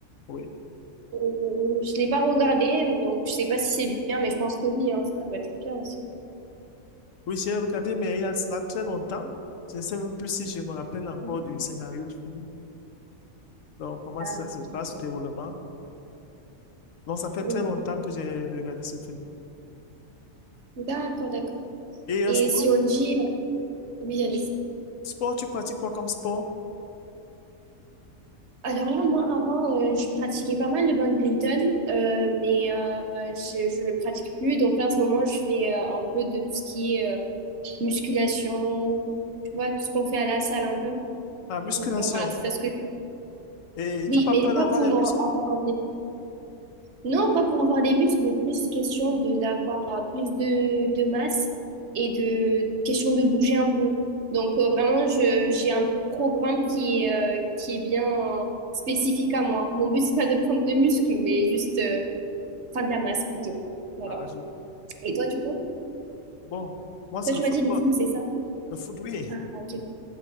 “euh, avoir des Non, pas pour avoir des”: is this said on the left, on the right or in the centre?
Right